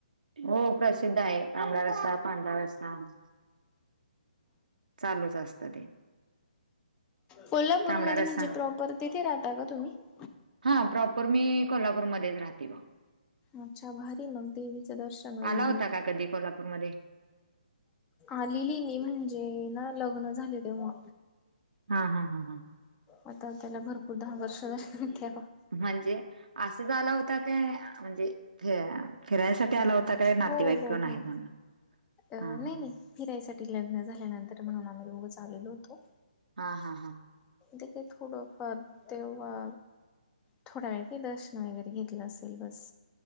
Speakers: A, on the right (about 70°); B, on the left (about 20°).
A: हो प्रसिद्ध आहे तांबडा रस्सा पांढरा रस्सा <unintelligible> चालूच असत ते <unintelligible>
B: कोल्हापूरमध्ये
A: तांबडा रस्सा
B: म्हणजे प्रॉपर तिथे राहता का तुम्ही <unintelligible>
A: हा प्रॉपर मी कोल्हापूरमध्येध्येच राहते ब
B: अच्छा भारी मग देवीचं दर्शन वगैरे
A: आला होता का कधी कोल्हापूरमध्ये?
B: आलेली नि म्हणजे ना लग्न झाले तेव्हा
A: हा हां हां हां
B: आता त्याला भरपूर दहा वर्ष झा ठे
A: म्हणजे असं झा आला होता काय म्हणजे फ फिरायसाठी आला होता ता काही नातेवाईक
B: हो हो
A: नाही
B: हो
A: आहे न
B: अ नाही
A: हा हा
B: नाही
A: ह
B: फिरायसाठी लग्न झाल्यानंतर म्हणून आम्ही रोग चाललेलो होतो
A: हा हा हा
B: ते काही थोडंफार तेव्हा थोडा वेळ काही दर्शन वगैरे घेतलं असेल बस